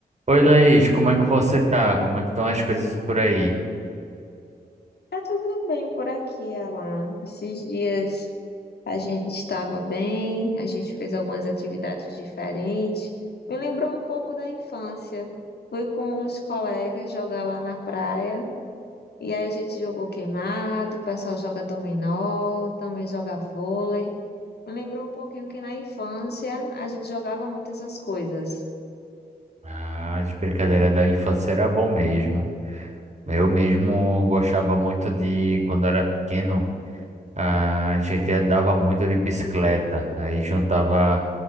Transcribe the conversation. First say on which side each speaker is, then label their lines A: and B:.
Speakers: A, on the right (about 45°); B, on the left (about 75°).
A: Oi, Laís, como é que você tá? Como é que estão as coisas por aí?
B: Tá tudo bem por aqui, Alan. Esses dias a gente estava bem, a gente fez algumas atividades diferentes. Me lembrou um pouco da infância. Fui com os colegas jogar lá na praia. E aí a gente jogou queimado, o pessoal joga dominó, também joga vôlei. Me lembrou um pouquinho que na infância a gente jogava muito essas coisas.
A: Ah, as brincadeiras da infância era bom mesmo. Eu mesmo gostava muito de, quando era pequeno, a gente andava muito de bicicleta. Aí juntava